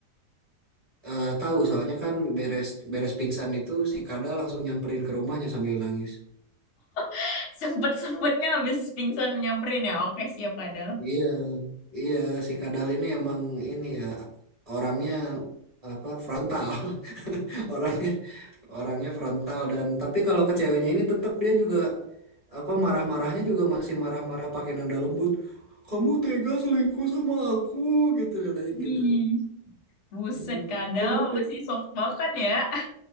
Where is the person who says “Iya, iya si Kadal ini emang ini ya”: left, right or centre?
Right